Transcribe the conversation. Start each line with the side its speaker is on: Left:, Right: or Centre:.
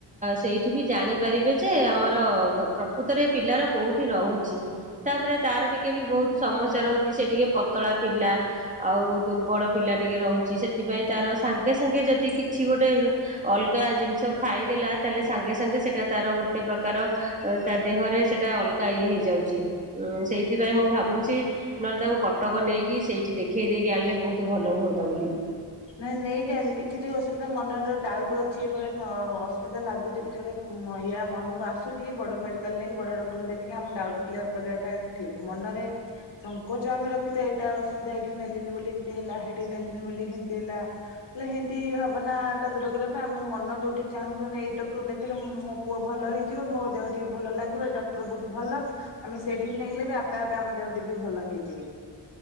Right: ସେଇଠି ବି ଜାଣିପାରିବେ ଯେ ଆମର ପ୍ରକୃତରେ ପିଲାର କୋଉଠି ରହୁଚି। ତାପରେ ତାର ଟିକେ ବି ବହୁତ ସମସ୍ୟା ରହୁଛି ସେ ଟିକେ ପତଳା ପିଲା। ଆଉ ଦୁର୍ବଳ ପିଲା ଟିକେ ରହୁଛି, ସେଥିପାଇଁ ତାର ସାଙ୍ଗେ ସାଙ୍ଗେ ଯଦି କିଛି ଗୋଟେ ଅଲଗା ଜିନିଷ ଖାଇଦେଲା, ତାହେଲେ ସାଙ୍ଗେ ସାଙ୍ଗେ ସେଟା ତାର ଗୋଟେ ପ୍ରକାର ତା ଦେହରେ ସେଟା ଅଲଗା ଇଏ ହେଇଯାଉଚି, ସେଇଥିପାଇଁ ମୁଁ ଭାବୁ ଚି ନହେଲେ ତାକୁ କଟକ ନେଇକି ସେଇଠି ଦେଖେଇ ଦେଇକି ଆଣିଲେ ବହୁତ ଭଲ ହୁଅନ୍ତା ବୋଲି।
Left: ନାଇଁ ନେଇଯାଆ କିଛି ଟିକେ ଅସୁବିଧା ମନରେ ଡାଉଟ ଅଛି, ଏଇ ଭଳିଆ ଅସୁବିଧା ଲାଗୁଛି କିଛି ଗୋଟେ ୟା ମନକୁ ଆସୁଛି ବଡ ମେଡିକାଲ ନେଇକି ବଡ ଡକ୍ଟରଙ୍କୁ ଦେଖି ଆମ ଡାଉଟ୍ କ୍ଲିୟର କରିବାଟା ଠିକ୍ ମନରେ ସଙ୍କୋଚ ଆମେ ରଖିତେ, ଏଇଟା ଅସୁବିଧା ଏଇଠି ନେଲିନି ବୋଲି ଏମିତି ହେଲା ହେଇଠି ନେଲିନି ବୋଲି ହେ ତି ହେଲା। ହେଲେ ହେଁତି ଭାବନା ଟା ଦୂର କରିବା ପାଇଁ, ଆମେ ମନ ଯୋଉଠି ଚାହୁଁଛୁ ମାନେ ଏଇ ଡକ୍ଟରଙ୍କୁ ଦେଖେଇଲେ ମୁଁ ପୁଅ ଭଲ ହେଇଯିବ ମୋ ଦେହଟି ବି ଭଲ ଲାଗିବ ଏଇ ଡକ୍ଟର ବହୁତ ଭଲ। ଆମେ ସେଇଠିକି ନେଲେ ବି ଆପେ ଆପେ ଆମ ଦେହଟି ବି ଭଲ ହେଇଯିବ।